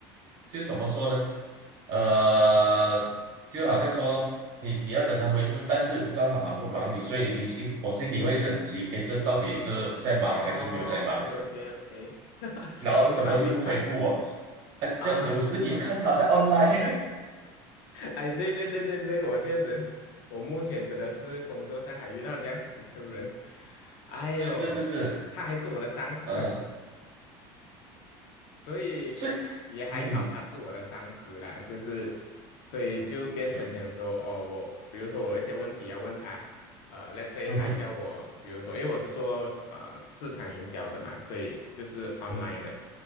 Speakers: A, on the right; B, on the left.
A: 就是怎么说呢？呃，就好像说你你要等他回复，但是不知道他忙不忙你，所以你心我心里会是很急，诶，这到底是在忙还是没有在忙？
B: 哦，OK OK OK，
A: <laughs> 然后怎么又不回复我？
B: 明白明白
A: 啊，
B: 啊，
A: 这有时你又看他在 online，
B: 哎，对对对对对，我确实，我目前真的是工作上还遇到这样子的人，哎呦，
A: <laughs> 是是是是，
B: 他还是我的上司，
A: 呃。
B: <laughs> 所以也还好，
A: 是，嗯
B: 他是我的上司啦，就是所以就变成讲说，
A: 嗯
B: 哦，我比如说我有一些问题要问他，呃，let's say
A: 嗯哼
B: 他叫我，比如说因为我是做呃市场营销的嘛，所以就是 online
A: 嗯哼
B: 的，